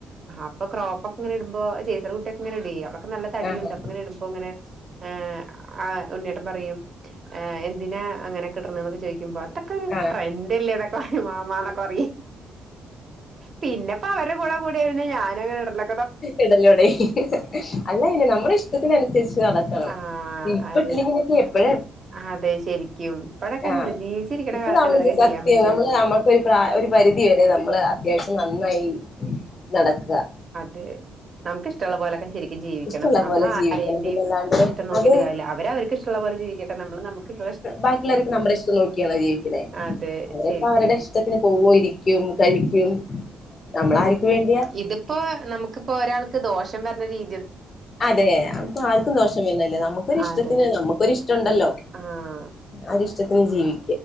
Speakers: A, on the right; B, on the left.
A: അപ്പൊ ക്രോ അപ്പൊ ഒകെ ഇടുമ്പോ ചെല കുട്ടിക് ഇങ്ങനെ വേ അവർക്ക് നല്ല തടിയുണ്ട്
B: ആഹ്
A: അപ്പൊങ്ങന ഇടുമ്പോ ഇങ്ങനെ എ ആ ഉണ്ണിയേട്ടൻ പറയും എ എന്തിനാ അങ്ങനെയൊക്കെ ഇടർന്ന് ചോദികും പ അതൊക്കെ ഒരു
B: ആഹ്
A: ട്രെൻഡല്ലേ ഇതൊക്കെറ മാമന്നൊക്കെ അറിയെ പിന്നപ്പ അവരെ കൂടെ കൂടെയ് പിന്നെ ഞാനും അങ്ങനെ ഇടലൊ
B: ഇടന്നോടെ അല്ല പിന്നെ നമ്മുടെ ഇഷ്ടത്തിന് അനുസരിച്ച് നട കമ്
A: ആഹ്
B: ഇപ്പൊട്ടില്ലെങ്കിൽക്
A: അത്
B: എപ്പോ
A: അതെ ശരിക്കും ഇപ്പഴൊക്കെന്നല്ലേ
B: ആ
A: ജീവിച്ചിരിക്കണ
B: ഇപ്പൊ
A: കാലത്തല്ലേ ഇതൊക്കെ
B: സത്യ
A: ചെയ്യാൻ പറ്റുള്ളൂ
B: നമ്മൾ നമ്മക്കൊരു പ്ര ഒരു പരിധി വരെ നമ്മള് അത്യാവശ്യം നന്നായി നടക്ക
A: ക് നമുക്ക് ഇഷ്ടുള്ള പോലൊക്കെ ചിരി നോക്കിയിട്ട് ജീവിക്കണം
B: ഇഷ്ടമുള്ള
A: നമ്മൾ
B: പോലെ
A: ആരെൻടിം
B: ജീവിക്കണം പിന്നല്ലാണ്ട്
A: ഇഷ്ടം നോക്കീട്ട്
B: അത്
A: കാര്ല്ല അവർ അവര്ക് ഇഷ്ടള്ള പോലെ ജീവിക്കട്ടെ നമ്മൾ നമുകുള്ള
B: ബാക്കുള്ളവരൊക്കെ നമ്മടെ ഇഷ്ടം നോക്കിയണ ജീവിക്കണെ
A: പോലെ അതെ
B: അവരൊക്കെ
A: ശരിക്കും
B: അവരുടെ ഇഷ്ടത്തിന് പവോ ഇരിക്കുംക രിക്കും നമ്മളാര്ക് വേണ്ടിയാ
A: ഇത്പ്പോ നമുകുപ്പോ ഒരാൾക്ക് ദോഷം വരണരീ
B: അതെ അപ്പൊ ആർക്കും ദോഷം വരുന്നില്ല നമ്മുക്കൊരു ഇഷ്ടത്തിന്
A: അതെ
B: നമുക്കൊരു ഇഷ്ടണ്ടല്ലോ
A: ആഹ്
B: ആരിഷ്ടത്തിന് ജീവി